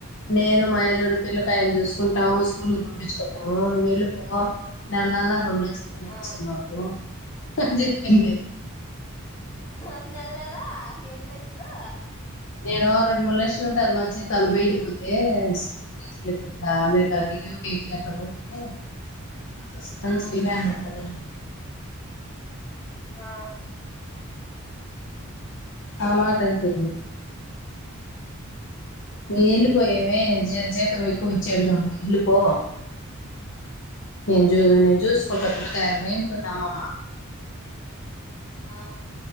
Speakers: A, on the left; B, on the left.
A: నేను మా అల్లుడు పిల్లకాయలు చూసు కుంటాము స్కూలుకు పంపిచ్చుకుంటాము నువ్వు ఎళ్ళిపో నెల నెలా రెండు లచ్చలు పంపిచ్చేయి
B: ఆ
A: మా ఓ అని చెప్పింది
B: హొ నెల నెలా ఎన్ని లచ్చలు
A: నేను రెండు మూడు లక్షలు ఉంటాది మా జీతాలు బయట పోతే స్కూల్ టీచర్లకి ఇట్లా అనే కాకి యూ కే కి అట్లా పోతే టీచర్స్ కి
B: ఆ
A: మంచి
B: ఆ
A: డిమాండ్ ఉంటాదని
B: ఆ
A: ఆ మాట అంటుంది
B: ఉమ్
A: ఇగ వెళ్లిపోయామే జ జీతం ఎక్కువ ఇచ్చెట్టుగుంటే ఎల్లిపో
B: ఆ
A: నేను జు నేను జస్కుంటా అంటుంది పిల్లకాయల్ని అంటుంది అమ్మమ్మ
B: ఆ